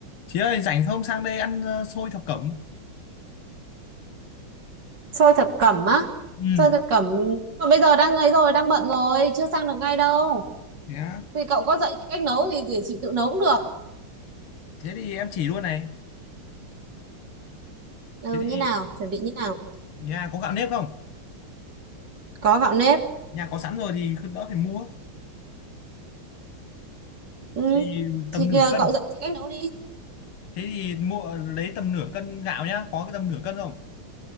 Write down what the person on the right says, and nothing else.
Xôi thập cẩm á
Xôi thập cẩm mà bây giờ đang ấy rồi đang bận rồi chưa sang được ngay đâu
thì cậu có dạy chị cách nấu thì để chị tự nấu cũng được
ừ
như nào chuẩn bị như nào
có gạo nếp
ừ
thì kìa,
cậu dạy chị cách nấu đi